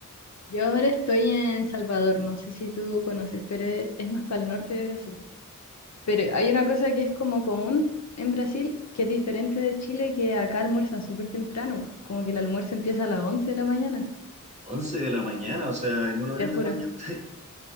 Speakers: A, on the left; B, on the right.
A: Yo ahora estoy en Salvador, no sé si tú conoces, pero e- es más para el norte de Brasil. Pero hay una cosa que es como común en Brasil, que es diferente de Chile, que acá almuerzan súper temprano, como que el almuerzo empieza a las 11 de la mañana,
B: 11 de la mañana, o sea, en una horita
A: te juro.
B: más ya está ahí. <laughs>